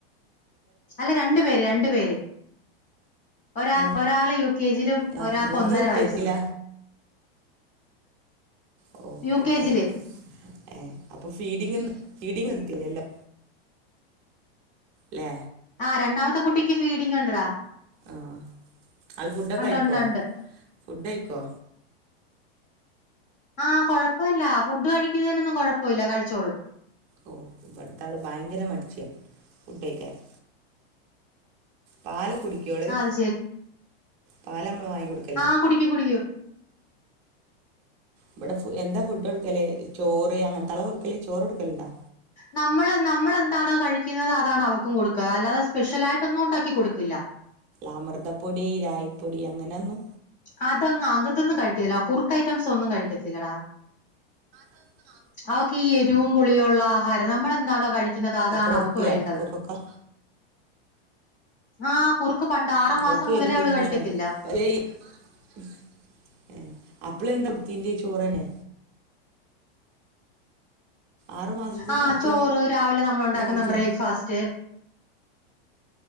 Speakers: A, on the left (about 30°); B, on the right (about 25°).
A: അല്ല രണ്ടു പേര് രണ്ടു പേര് ഒരാ
B: മൂ
A: ഒരാള് യു കെ ജിലും
B: ആ
A: ഒരാക്ക്
B: മൂത്ത
A: ഒന്നര
B: കുട്ടി
A: വയസ്സും
B: എത്തില്ല ഓ
A: യു
B: പെട്ടെന്ന്
A: കെ ജിയില്
B: ഏ അപ്പൊ ഫീഡിങ് ഫീഡിങ് നിർത്തില്ലല്ലോ ല്ലേ
A: ആഹ് രണ്ടാമത്തെ കുട്ടിക്ക് ഫീഡിംഗ്ണ്ട്ടാ
B: ആഹ് അത് ഫുഡൊക്കെ
A: ഉണ്ട്
B: കഴിക്കോ
A: ഉണ്ട് ഉണ്ട്
B: ഫുഡയ്ക്കോ
A: ആഹ് കുഴപ്പമില്ല ഫുഡ് കഴിക്കുന്നതിനൊന്നും കുഴപ്പമില്ല കഴിച്ചോളും
B: ഓ ഇവ്ട്ത്താള് ഭയങ്കര മടിച്ചിയാണ് ഫുഡ്ഡയ്ക്കാന് പല് കുടിക്കോള്
A: ആ അത്
B: പാലമ്മള് വാങ്ങിക്കൊടുക്ക
A: ആഹ് കുടിക്കും കുടിക്കും
B: ഇവിടെ ഫു എന്താ ഫുഡ്‌ടുക്കലേ ചോറ് അങ്ങൻതളാ കൊടുക്കല് ചോറ്ടുക്കലുണ്ടാ
A: നമ്മള് നമ്മളെന്താണോ കഴിക്കുന്നത് അതാണ് അവർക്കും കൊടുക്ക അല്ലാതെ സ്പെഷ്യൽായിട്ടൊന്നുംണ്ടാക്കി കൊടുക്കില്ല
B: അമൃതപ്പൊടി ഇ രായിപ്പൊടി അങ്ങനെന്നു
A: അതങ്ങ് അങ്‌തൊന്നും കഴിക്കില്ല കുർക്ക് ഐറ്റംസൊന്നും കഴിക്കത്തില്ലടാ
B: അതൊന്ന് ന്നാ
A: അവക്കി യെ രും പുളിയുള്ളാഹാരം നമ്മൾെന്താണോ കഴിക്കുന്നത് അതാണ്
B: ഒക്കെ നിർത്തിയാ
A: അവക്ക് വേണ്ടത്
B: കുറൊക്കെ
A: ആഹ് കുറുക്ക് പണ്ട് ആറു
B: അവൾക്ക്
A: മാസം മുതലേ
B: എരിവും പുളിയും
A: അവള് കഴിക്കത്തില്ല
B: <unintelligible> അപ്പള് എന്താ <unintelligible> ചോറന്നെ ആറു മാസത്തിന്
A: ആഹ്
B: അപ്പള്
A: ചോറ് രാവിലെ നമ്മളുണ്ടാക്കുന്ന
B: എന്താ കൊടുത്തി
A: ബ്രേക്ക്ഫാസ്റ്റ്